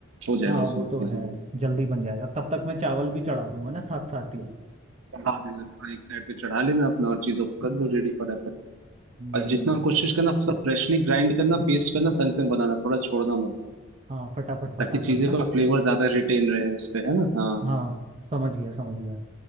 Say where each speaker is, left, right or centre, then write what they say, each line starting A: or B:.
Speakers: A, on the right (about 75°); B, on the right (about 30°).
A: हो जाएगा
B: हाँ
A: उसमें
B: वो तो है
A: इजीली
B: जल्दी बन जाएगा तब तक मैं चावल भी चढ़ा दूंगा ना साथ साथ ही
A: चढ़ा देना थोड़ा एक साइड पे चढ़ा लेना अपना और चीजों को कर लो रेडी फटाफट
B: हम्म,
A: और जितना कोशिश करना सब फ्रेशली ग्राइंड करना पेस्ट करना संग संग बनाना थोड़ा छोड़ना मत
B: हाँ फटाफट फटाफट
A: ताकि चीजों
B: ना
A: का फ्लेवर ज्यादा रिटेन रहे उस पे है ना हाँ
B: हाँ समझ गया समझ गया